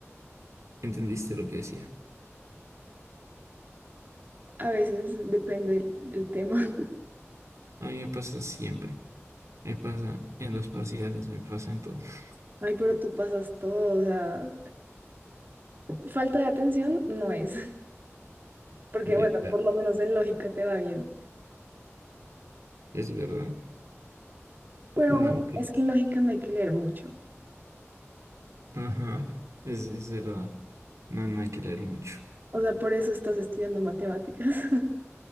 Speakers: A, on the right (about 85°); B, on the right (about 40°).
A: entendiste lo que decía.
B: A veces depende el, el tema. <laughs>
A: A mí me pasa siempre, me pasa en los parciales, me pasa en todo. <laughs>
B: Ay, pero tú pasas todo, o sea, falta de atención no es. porque
A: Ya,
B: bueno, por lo menos en lógica te va bien.
A: es verdad.
B: Pero
A: No,
B: bueno,
A: pues,
B: es que en lógica no hay que leer mucho.
A: ajá, es, es verdad. No, no hay que leer mucho,
B: O sea, por eso estás estudiando matemáticas. <laughs>